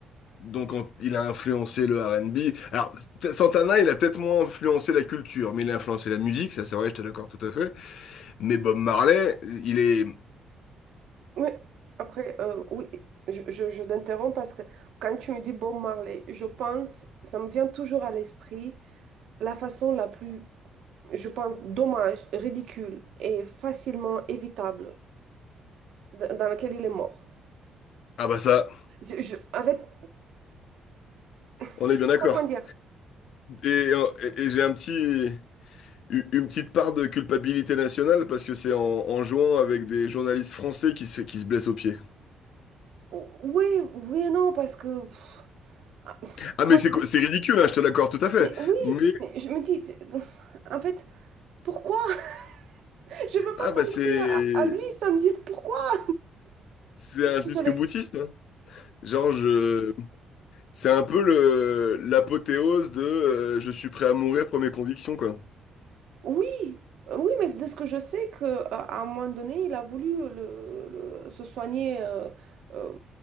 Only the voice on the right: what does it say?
Oui, après, euh, oui, je, je, je t'interromps parce que quand tu me dis Bob Marley, je pense, ça me vient toujours à l'esprit la façon la plus, je pense, dommage, ridicule et facilement évitable d- dans laquelle il est mort.
Je, je- en fait, <laughs>
je
sais
pas comment dire.
Oui, oui et non, parce que... pff, ah,
comment-
mais oui,
mais je me dis, c'est- en fait, pourquoi? <laughs> Je ne peux pas
penser
à, à lui sans me dire pourquoi.
<laughs>
Désolée.
Oui, euh, oui, mais de ce que je sais, que, euh, à un moment donné, il a voulu le, le- se soigner, euh, euh,